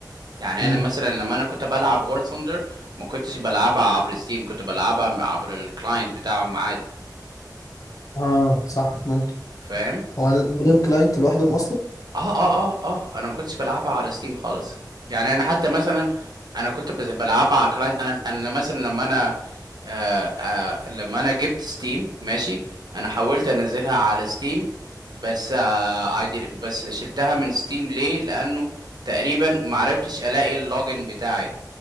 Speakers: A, on the right; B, on the left.
A: يعني
B: مم.
A: انا مثلا لما انا كنت بلعب War Thunder ما كنتش بلعبها عبر ستيم كنت بلعبها عبر الكلاينت بتاعهم عادي
B: اه صح ممكن
A: فاهم
B: هو ال- ليهم كلاينت لوحدهم أصلا
A: اه اه اه اه انا ما كنتش بلعبها على ستيم خالص يعني انا حتى مثلا انا كنت بز- بلعبها على كلاينت انا انا مثلا لما انا آه آه لما انا جبت ستيم ماشي انا حاولت انزلها على ستيم بس آه I didn't- بس شلتها من ستيم ليه لانه تقريبا ما عرفتش الاقي اللوجن بتاعي